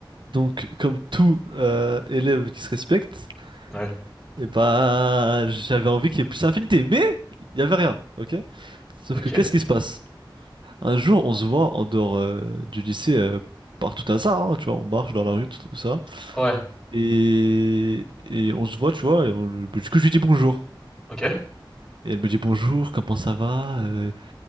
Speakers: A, on the right (about 65°); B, in the centre.
A: Donc, comme tout euh, élève qui se respecte,
B: Ouais.
A: eh ben, j'avais envie qu'il y ait plus d'affinité, mais il n'y avait rien, ok? Sauf
B: Ok.
A: que qu'est-ce qui se passe? Un jour, on se voit en dehors euh, du lycée euh, par tout hasard, hein, tu vois, on marche dans la rue, tout tout ça.
B: Ouais.
A: Et, et on se voit, tu vois. et on- du coup, je lui dis bonjour.
B: Ok.
A: Et elle me dit bonjour, comment ça va? Euh,